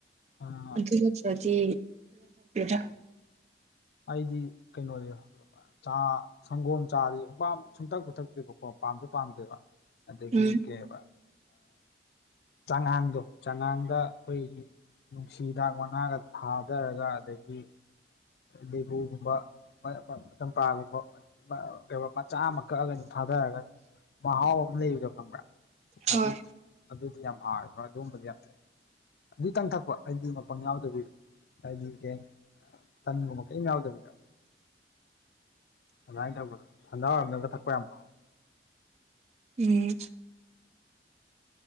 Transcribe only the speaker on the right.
ꯑꯗꯨ ꯅꯠꯇ꯭ꯔꯗꯤ <unintelligible>
ꯎꯝ
ꯍꯣꯏ
ꯎꯝ